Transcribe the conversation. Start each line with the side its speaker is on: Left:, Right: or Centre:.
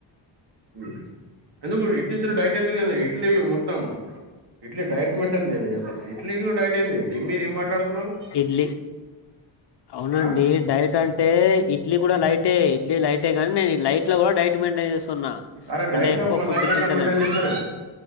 Right: హు ఎందుకు ఇడ్లీ డైట్ ఎందుకు ఇడ్లీ మ ఇడ్లీ డైట్ మెయింటైన్ అది ఇడ్లీకి డైట్ ఏందిడి మీరు ఏం మాట్లాడుతున్నారు
Left: ఇడ్లీ అవునండి
Right: ఆ
Left: డైట్ అంటే ఇడ్లీ కూడా లైటే ఇడ్లీ లైట్ అంటే కాని నేను ఈ లైట్ లో కూడా డైట్ మెయింటైన్ చేస్తున్నా
Right: అరే
Left: అంటే
Right: డైట్
Left: ఎక్కువ
Right: లో
Left: ఫుడ్
Right: డైట్ ఎట్లా
Left: తింటలేను
Right: మెయింటైన్ చేస్తారు